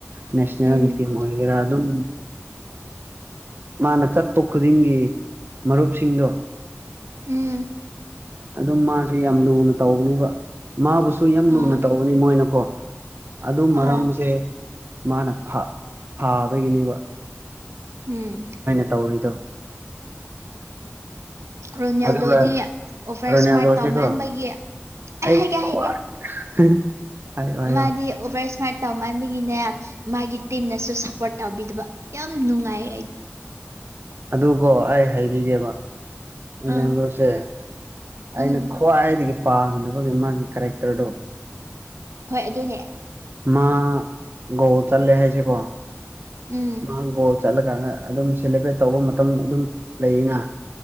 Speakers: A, on the right; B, on the right.
A: ꯅꯦꯁꯅꯦꯜꯒꯤ
B: ꯎꯝ
A: ꯇꯤꯝ ꯑꯣꯏꯒꯦꯔꯥ ꯑꯗꯨꯝ ꯃꯥꯅ ꯆꯠꯄ ꯈꯨꯗꯤꯡꯒꯤ ꯃꯔꯨꯞꯁꯤꯡꯗꯣ
B: ꯎꯝ
A: ꯑꯗꯨꯝ ꯃꯥꯁꯤ ꯌꯥꯝ ꯂꯨꯅ ꯇꯧꯕꯅꯦꯕ ꯃꯥꯕꯨꯁꯨ ꯌꯥꯝ ꯂꯨꯅ
B: ꯑꯥ
A: ꯇꯧꯕꯅꯤ ꯃꯣꯏꯅꯀꯣ ꯑꯗꯨ ꯃꯔꯝꯁꯦ
B: ꯑꯥ
A: ꯃꯥꯅ ꯐꯥ ꯐꯥꯕꯒꯤꯅꯦꯕ
B: ꯎꯝ
A: ꯇꯧꯔꯤꯗꯣ
B: ꯔꯣꯅꯦꯜꯗꯣꯗꯤ
A: ꯑꯗꯨꯒ
B: ꯑꯣꯚꯔ
A: ꯔꯣꯅꯥꯜꯗꯣꯁꯤꯀꯣ
B: ꯏꯁꯃꯥꯔꯠ ꯇꯧꯃꯟꯕꯒꯤ
A: ꯑꯩ
B: ꯍꯥꯏꯒꯦ
A: ꯈ꯭ꯋꯥꯏ
B: ꯍꯥꯏꯒꯦ
A: <unintelligible> ꯍꯥꯏꯌꯣ
B: ꯃꯥꯗꯤ ꯑꯣꯚꯔ ꯏꯁꯃꯥꯏꯠ ꯇꯧꯃꯥꯟꯕꯒꯤꯅꯦ ꯃꯥꯒꯤ ꯇꯤꯝꯅꯁꯨ ꯁꯄꯣꯔꯠ ꯇꯧꯕꯤꯗꯕ ꯌꯥꯝ ꯅꯨꯡꯉꯥꯏ ꯑꯩꯗꯤ
A: ꯑꯗꯨꯣ ꯑꯩ ꯍꯥꯏꯕꯤꯒꯦꯕ ꯅꯅꯦꯝꯗꯁꯦ
B: ꯑꯥ ꯎꯝ
A: ꯑꯩꯅ ꯈ꯭ꯋꯥꯏꯗꯒꯤ ꯄꯥꯝꯅꯕꯒꯤ ꯃꯥꯒꯤ ꯀꯦꯔꯦꯛꯇꯔꯗꯣ
B: ꯍꯣꯏ ꯑꯗꯨꯅꯦ
A: ꯃꯥ ꯒꯣꯜ ꯆꯠꯂꯦ ꯍꯥꯏꯁꯦꯀꯣ
B: ꯎꯝ
A: ꯃꯥ ꯒꯣꯜ ꯆꯠꯂꯀꯥꯟꯗ ꯑꯗꯨꯝ ꯁꯦꯂꯦꯕ꯭ꯔꯦꯠ ꯇꯧꯕ ꯃꯇꯝ ꯑꯗꯨꯝ ꯂꯩꯅ